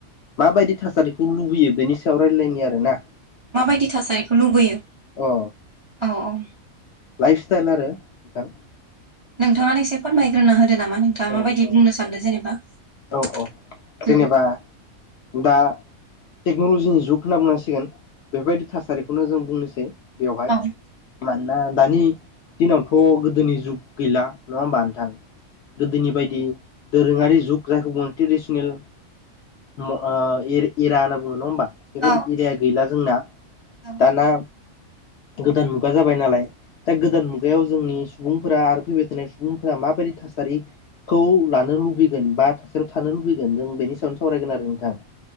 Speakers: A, on the left; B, on the right.
A: माबायदि थासारिखौ लुबैयो बेनि सायाव रायज्लायनि आरो ना
B: माबायदि थासारिखौ लुबैयो
A: अ
B: औ औ
A: लाइफ स्टाइल आरो नोंथां
B: नोंथाङा एसे फोरमायग्रोनो हो दो नामा नोंथाङा
A: औ
B: माबायदि
A: औ
B: बुंनो सानदों जेनेबा ओम
A: औ औ जेनेबा दा टेक्नलजिनि जुग होनना बुंनांसिगोन बेबायदि थासारिखौनो जों बुंनोसै बेवहाय
B: औ
A: मानोना दानि दिनावथ गोदोनि जुग गैला नङा होमबा गोदोनि बायदि दोरोङारि जुग जायखौ बुङो ट्रेडिसनेल ओ ए-एरा होनना बुङो नङा होमबा बेबायदि
B: औ
A: एरिया गैला जोंना
B: औ
A: दाना गोदान मु गा जाबाय नालाय दा गोदान मुगायाव जोंनि सुबुंफोरा आरो फैबाय थानाय सुबुंफोरा माबायदि थासारि खौ लानो लुबैगोन बा थासारियाव थानो लुबैगोन जों बेनि सायावनो सावरायगोन आरो नोंथां।